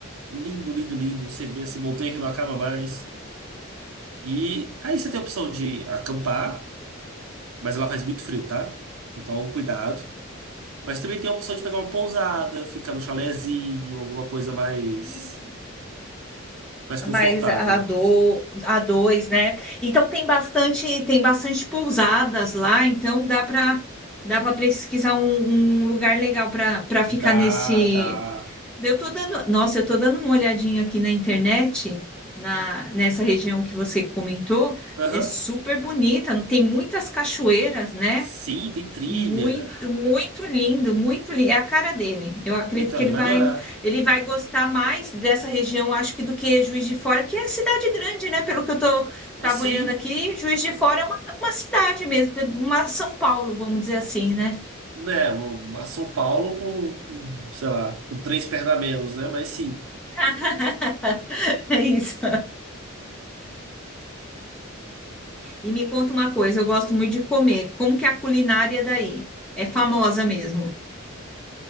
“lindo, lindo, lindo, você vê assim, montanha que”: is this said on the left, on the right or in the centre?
Right